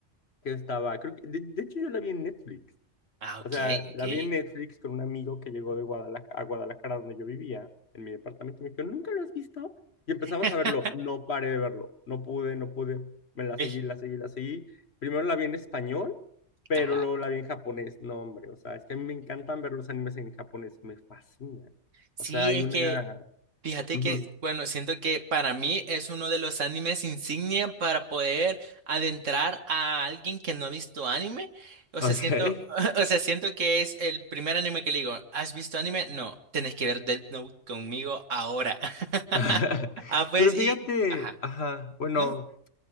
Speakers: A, on the left (about 55°); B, on the right (about 80°).
A: que estaba, creo que, de de hecho yo la vi en Netflix.
B: Ah,
A: O
B: okay,
A: sea, la
B: okay.
A: vi en Netflix con un amigo que llegó de Guadalajara, a Guadalajara, donde yo vivía, en mi departamento. y Me dijo, ¿nunca lo has visto? Y empezamos
B: <laughs>
A: a verlo. No paré de verlo. No pude, no pude. Me la
B: Ey,
A: seguí, la seguí, la seguí. Primero la vi en español, pero
B: Ajá.
A: luego la vi en japonés. No, hombre, o sea, es que a mí me encantan ver los animes en japonés. Me fascina.
B: Sí,
A: O sea, hay
B: es
A: una...
B: que fíjate
A: Ujú.
B: que, bueno, siento que para mí es uno de los animes insignia para poder adentrar a alguien que no ha visto anime. O
A: Ok.
B: sea, siento, <laughs> o sea, siento que es el primer anime que le digo, ¿has visto anime? No, tenés que ver Death Note conmigo ahora. <laughs>
A: <laughs>
B: Ah, pues,
A: Pero
B: y,
A: fíjate,
B: ajá.
A: ajá, bueno.
B: No.